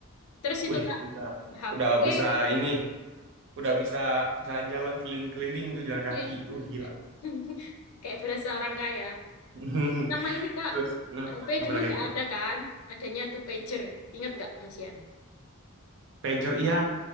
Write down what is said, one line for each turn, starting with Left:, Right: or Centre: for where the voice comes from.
Left: Terus itu
Right: wih
Left: Kak,
Right: udah
Left: HP,
Right: udah bisa ini udah bisa jalan-jalan keliling-keliling tuh jalan
Left: ya.
Right: kaki uh gila
Left: <laughs> Kayak berasa orang kaya.
Right: <laughs>
Left: Sama ini Kak,
Right: terus apa
Left: HP
Right: apa
Left: dulu
Right: lagi
Left: nggak
Right: itu
Left: ada kan? Adanya tuh pager. Ingat nggak Mas Yan?
Right: pager iya